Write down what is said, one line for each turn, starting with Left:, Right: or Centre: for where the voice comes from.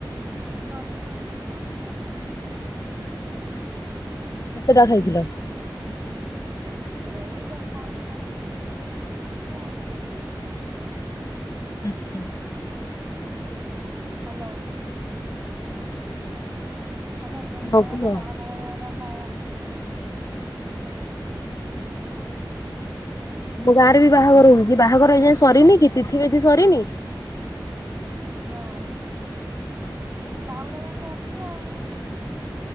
Right: ଉ ରଜପାନ ହଁ ଖିଆ ହେଇଚି।
Left: କେତେ ଟା ଖାଇଥିଲ?
Right: ସେ ଏଇ ଦଶଟା ଖଣ୍ଡେ ଖାଇଛିି ଆଉ
Left: ଆଛା।
Right: ହ୍ୟାଲୋ ଆମ
Left: ହଁ
Right: ଗାଁ
Left: କୁହ
Right: ରେ
Left: ଆମ
Right: ବାହାଘର କାର ହଉଛି। ହୁଁ
Left: ମୋ ଗାଁରେ ବି ବାହାଘର ହଉଛି ବାହାଘର ହେଇଯାଏ ସରିନି କି ତିଥିମତି ସରିନି।
Right: ନା ବାଉଡା ଯାକେ ଅଛି ଆଉ।